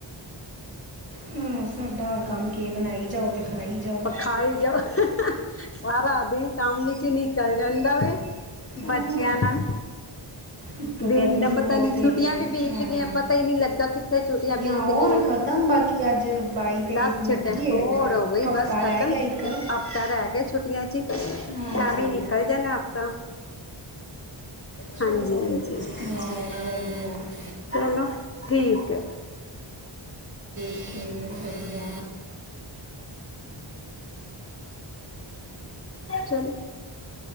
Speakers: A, on the right (about 45°); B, on the left (about 30°).
A: ਹ ਸਾਡਾ ਹੋਰ ਕੰਮ ਬਣਾਈ ਜਾਓ ਤੇ ਖਾਈ ਜਾਓ
B: ਖਾਈ ਜਾਓ ਸਾਰਾ ਦਿਨ ਕੰਮ ਵਿੱਚ ਨਿਕਲ ਜਾਂਦਾ ਵੇ
A: ਹੋਰ
B: ਬੱਚਿਆਂ ਨਾਲ
A: ਇੱਕ
B: ਦਿਨ
A: ਗਰਮੀ
B: ਦਾ ਪਤਾ
A: ਬਹੁਤ
B: ਨੀ
A: ਹੈ
B: ਛੁੱਟੀਆਂ ਵੀ ਬੀਤ
A: ਹਾਂ
B: ਗਈਆਂ ਪਤਾ ਹੀ ਨਹੀਂੀ ਲੱਗਾ ਕਿੱਥੇ ਛੁੱਟੀਆਂ ਬੀਤ
A: ਹੋਰ
B: ਗਈਆਂ
A: ਖਤਮ ਬਾਕੀ ਅੱਜ ਤੇ
B: ਦੱਸ
A: ਹੋ
B: ਛੁੱਟੇ
A: ਗਈ
B: ਹੋਰ
A: ਹੈ
B: ਹੋ ਗਈ
A: ਹਫਤਾ
B: ਬਸ ਖਤਮ
A: ਰਹਿ ਗਿਆ ਇੱਕ
B: ਹਫ਼ਤਾ ਰਹਿ ਗਿਆ ਛੁੱਟੀਆਂ ਚ
A: ਹਾਂਜੀ
B: ਆ ਵੀ ਨਿਕਲ ਜਾਂਦਾ ਹਫ਼ਤਾਂ
A: ਚਲੋ
B: ਹਾਂਜੀ
A: ਵਧੀਆ
B: ਚਲੋ ਠੀਕ ਹੈ
A: ਫੇਰ ਵਦੀਆ
B: ਚਲੋ